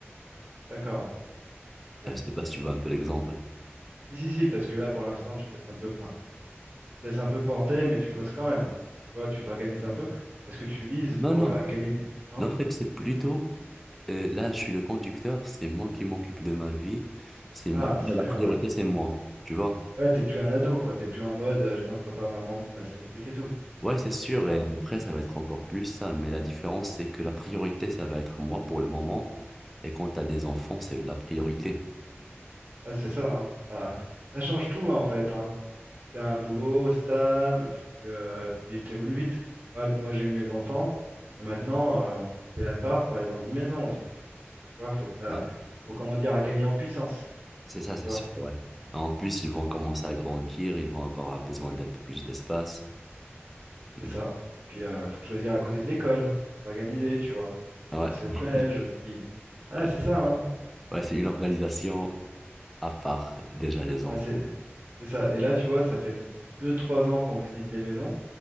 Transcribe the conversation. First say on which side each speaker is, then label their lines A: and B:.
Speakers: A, on the right (about 45°); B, in the centre.
A: D'accord. Ok.
B: Euh, je sais pas si tu vois un peu l'exemple.
A: Si, si, si, parce que là, pour l'instant, tu te laisses un peu, enfin, tu te laisses un peu porter, mais tu bosses quand même. Tu vois, tu t'organises un peu parce que tu vises pour
B: Non, non,
A: euh, gagner des... Non?
B: non, en fait, c'est plutôt, euh, là, je suis le conducteur, c'est moi qui m'occupe de ma vie, c'est,
A: Ah, c'est
B: la
A: très
B: priorité,
A: bien. ouais.
B: c'est moi, tu vois.
A: Voilà, t'es plus un ado, quoi. T'es plus en mode, euh, j'attends que papa, maman me passe les trucs et tout.
B: Ouais, c'est sûr,
A: Voilà.
B: et après, ça va être encore plus ça, mais la différence, c'est que la priorité, ça va être moi pour le moment, et quand t'as des enfants, c'est la priorité.
A: Ouais, c'est ça, hein. Ah, ça change tout, hein, en fait, hein. Faut que t'aies un boulot stable, faut que euh, tu t'évolues vite. Regarde, moi, j'ai eu mes enfants, et maintenant, euh, on peut quitter l'appart pour aller dans une maison aussi. Tu vois, faut que ça,
B: Ouais,
A: faut comment dire, gagner en puissance.
B: C'est ça, c'est
A: Tu vois,
B: sûr, ouais. En plus, ils vont commencer à grandir, ils vont avoir besoin d'un peu plus d'espace.
A: c'est
B: Mm.
A: ça. Et puis, euh, faut choisir à côté de l'école, faut s'organiser, tu vois.
B: Ouais.
A: Penser au collège aussi. Ah,
B: Ouais,
A: c'est ça,
B: c'est
A: hein.
B: ça. ouais, c'est une organisation à part, déjà, les
A: Ouais,
B: enfants.
A: c'est c'est ça. Et là, tu vois, ça fait deux trois ans qu'on visite des maisons.